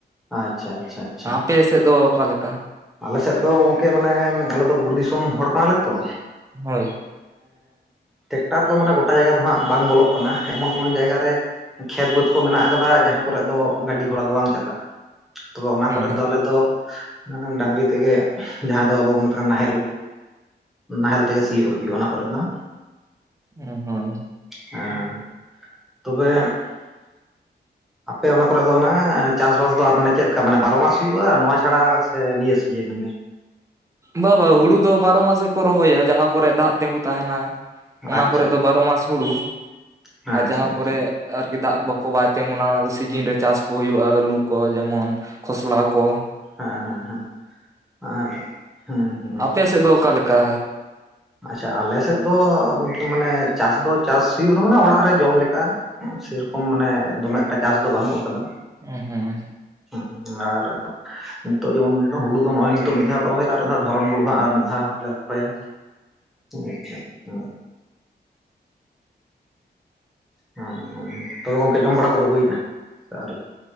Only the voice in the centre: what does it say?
ᱟᱪᱪᱷᱟ ᱟᱪᱪᱷᱟ ᱟᱪᱪᱷᱟ
ᱟᱞᱮ ᱥᱮᱫ ᱫᱚ ᱜᱚᱢᱠᱮ ᱢᱟᱱᱮ ᱟᱞᱮ ᱫᱚ ᱵᱩᱨᱩ ᱫᱤᱥᱚᱢ ᱦᱚᱲ ᱠᱟᱱᱟᱞᱮ ᱛᱚ
ᱴᱮᱠᱴᱟᱨ ᱫᱚ ᱢᱟᱱᱮ ᱜᱚᱴᱟ ᱡᱟᱭᱜᱟ ᱫᱚ ᱦᱟᱸᱜ ᱵᱟᱝ ᱵᱚᱞᱚᱜ ᱠᱟᱱᱟ᱾ ᱮᱢᱚᱱ ᱮᱢᱚᱱ ᱡᱟᱭᱜᱟ ᱨᱮ ᱠᱷᱮᱛ ᱵᱟᱹᱫᱽ ᱠᱚ ᱢᱮᱱᱟᱜ ᱟᱠᱟᱫᱟ ᱡᱟᱦᱟᱸ ᱠᱚᱨᱮᱜ ᱫᱚ ᱜᱟᱹᱰᱤ ᱜᱷᱚᱲᱟ ᱫᱚ ᱵᱟᱝ ᱪᱟᱞᱟᱜᱼᱟ᱾ ᱛᱚᱵᱮ ᱚᱱᱟ
ᱠᱚᱨᱮᱜ ᱫᱚ ᱟᱞᱮ ᱫᱚ ᱢᱟᱱᱮ ᱰᱟᱝᱨᱤ ᱛᱮᱜᱮ ᱡᱟᱦᱟᱸ ᱫᱚ ᱟᱵᱚ ᱵᱚᱱ ᱢᱮᱛᱟᱜᱼᱟ ᱱᱟᱦᱮᱞ ᱱᱟᱦᱮᱞ ᱛᱮᱜᱮ ᱥᱤᱭᱳᱜ ᱦᱩᱭᱩᱜᱼᱟ ᱚᱱᱟ ᱠᱚᱨᱮ ᱫᱚ᱾
ᱦᱮᱸ ᱛᱚᱵᱮ, ᱟᱯᱮ ᱚᱱᱟ ᱠᱚᱨᱮ ᱫᱚ ᱳᱱᱟ ᱪᱟᱥᱵᱟᱥ ᱫᱚ ᱢᱟᱱᱮ ᱪᱮᱫ ᱞᱮᱠᱟ ᱢᱟᱱᱮ ᱵᱟᱨᱚ ᱢᱟᱥ ᱦᱩᱭᱩᱜᱼᱟ ᱱᱚᱣᱟ ᱪᱷᱟᱲᱟ ᱥᱮ ᱥᱮ ᱱᱤᱭᱟ. <unintelligible>
ᱟᱪᱪᱷᱟ
ᱟᱪᱪᱷᱟ ᱟᱪᱪᱷᱟ
ᱟᱪᱪᱷᱟ
ᱦᱮᱸ ᱦᱮᱸ ᱦᱮᱸ ᱟᱨ ᱦᱮᱸ ᱦᱩᱸ ᱾
ᱟᱪᱪᱷᱟ ᱟᱞᱮ ᱥᱮᱫ ᱫᱚ ᱢᱟᱱᱮ ᱪᱟᱥ ᱫᱚ ᱪᱟᱥ ᱦᱩᱭᱩᱜ ᱨᱮ ᱢᱟᱱᱮ ᱚᱲᱟᱜ ᱨᱮ ᱡᱚᱢ ᱞᱮᱠᱟ᱾ ᱥᱮᱨᱚᱠᱚᱢ ᱢᱟᱱᱮ ᱫᱚᱢᱮ ᱮᱠᱴᱟ ᱪᱟᱥ ᱫᱚ ᱵᱟᱹᱱᱩᱜ ᱟᱠᱟᱫᱟ᱾
ᱦᱚᱸᱜ ᱟᱨ ᱱᱤᱛᱚᱜ ᱡᱮᱢᱚᱱ ᱦᱩᱲᱩ ᱫᱚ ᱱᱚᱜᱼᱚᱭ ᱱᱤᱛᱚᱜ ᱢᱤᱫ ᱫᱷᱟᱣ ᱠᱚ ᱨᱚᱦᱚᱭ ᱫᱟ, ᱟᱨ ᱢᱤᱫ ᱫᱷᱟᱣ ᱫᱷᱚᱨᱚᱱ ᱦᱩᱲᱩ ᱦᱟᱸᱜ ᱟᱨ ᱢᱤᱫ ᱫᱷᱟᱣ ᱞᱮ ᱨᱚᱦᱚᱭᱟ ᱾ ᱟᱪᱪᱷᱟ, ᱦᱮᱸ ᱾ ᱦᱮᱸᱻ ᱛᱚᱵᱮ ᱜᱚᱝᱠᱮ ᱡᱚᱢ ᱵᱟᱲᱟ ᱠᱚᱫᱚ ᱦᱩᱭᱱᱟ? ᱥᱮ ᱟᱹᱣᱨᱤ